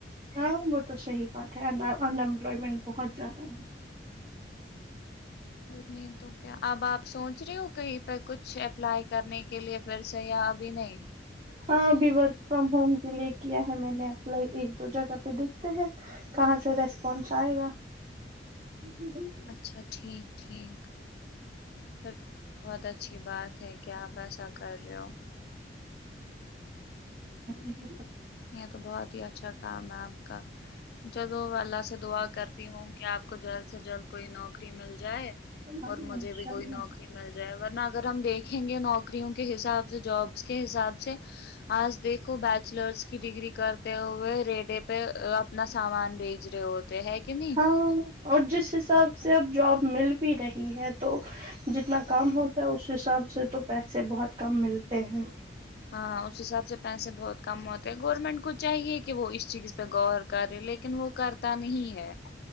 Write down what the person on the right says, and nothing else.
ہاں م تو صحیح بات ہے انمپلائمنٹ بہت زیادہ ہے
ہاں ابھی ورک فرام ہوم کے لیے کیا ہے میں نے اپل ایک دو جگہ پہ دیکھتے ہیں کہاں سے ریسپانس آئے گا ہوں
جی جی
ہوں
انشاء
اللہ
ہاں اور جس حساب سے اب جاب مل بھی رہی ہے تو جتنا کام ہوتا ہے اس حساب سے تو پیسے بہت کم ملتے ہیں